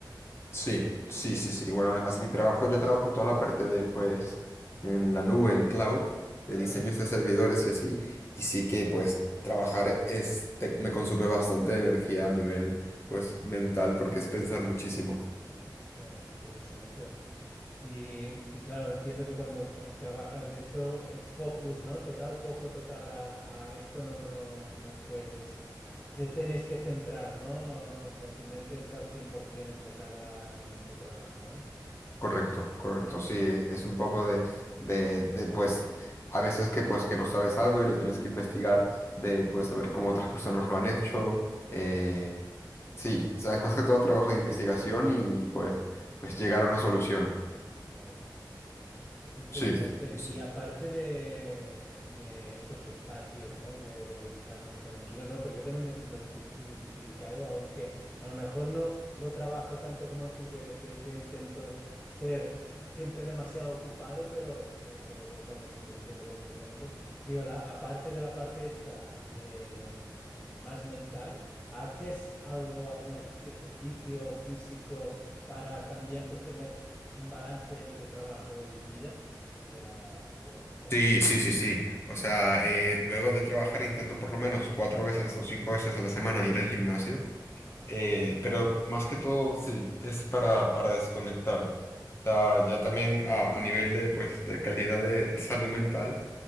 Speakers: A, on the left; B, on the left.
A: Sí, sí,
B: Ujú.
A: sí, sí. Bueno, además mi trabajo, yo trabajo en toda la parte de, pues, en la nube, en cloud,
B: Ah,
A: de diseños de servidores y así. Y sí que, pues, trabajar es, te- me consume bastante energía a nivel, pues, mental, porque es pensar muchísimo.
B: hostia, interesante. Y, y claro, entiendo que cuando eh, trabajas de esto es focus, ¿no? Total, foco total a, a esto no, no, no puedes, te tienes que centrar, ¿no? O sea, tu mente está al 100% enfocada en este trabajo, ¿no?
A: Correcto, correcto.
B: No,
A: Sí,
B: ya,
A: es un poco de, de, de, pues, a veces que, pues, que no sabes algo y lo tienes que investigar, de, pues, saber cómo otras personas lo han hecho. eh,
B: claro,
A: sí, o sea, es más que todo trabajo de investigación y, pues pues llegar a una solución.
B: claro. Interesante.
A: Sí, sí, sí.
B: Y aparte de, de estos espacios, ¿no? que dedicamos tranquilo, ¿no? porque yo también me siento difi- identificado, aunque a lo mejor no lo trabajo tanto como tú, que creo que intento ser siempre demasiado ocupado, pero te, te- vamos, que te entiendo completamente. Digo, la, aparte de la parte esta de mm, más mental, ¿haces algo, algún acti- ejercicio físico para también pues tener un balance entre trabajo y vida? Vida fuera del trabajo.
A: Sí, sí, sí, sí. O sea, eh, luego de trabajar intento por lo menos cuatro veces o cinco veces a la semana ir al gimnasio.
B: Ah,
A: Eh,
B: muy bien.
A: pero más que todo, sí, es para, para desconectar. O sea,
B: Claro.
A: ya también a, a nivel de, pues, de calidad de salud mental,